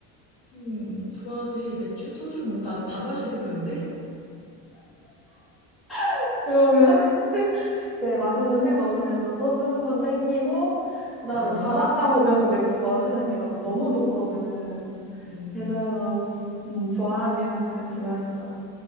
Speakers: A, on the left; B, in the centre.
A: 음, 좋아하지. 맥주, 소주 뭐 다, 다 마실 생각인데?
B: <laughs> 그러면 이제 맛있는 회 먹으면서 소주 한 번 땡기고, 그다음에
A: 어,
B: 바닷가 보면서 맥주 마시는 게 난 너무 좋거든.
A: 음.
B: 그래서 나, 음, 좋아하면 같이 마시자.